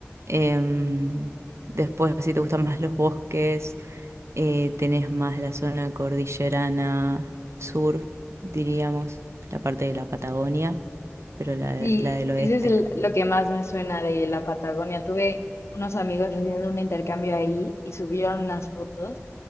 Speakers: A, on the right; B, on the left.
A: Em, después, si te gustan más los bosques. eh, tenés más la zona cordillerana sur, diríamos, la parte de la Patagonia, pero la, de-
B: Sí,
A: la del oeste.
B: ese es el- lo que más me suena de la Patagonia. Tuve unos amigos haciendo un intercambio ahí y subieron unas fotos